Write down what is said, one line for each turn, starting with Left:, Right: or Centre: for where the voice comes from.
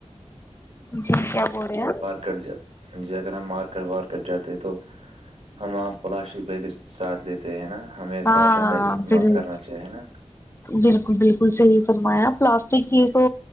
Left: جی کیا بول رہے آپ
Right: کٹ جا ج اگر ہم مار کروار کٹ جاتے تو ہم وہاں پلاسٹک بیگ ساتھ لیتے ہیں نا ہمیں
Left: ہاں
Right: کاٹن بیگ استعمال
Left: بال
Right: کرنا چاہے نا
Left: بالکل بالکل صحیح فرمایا پلاسٹک یہ تو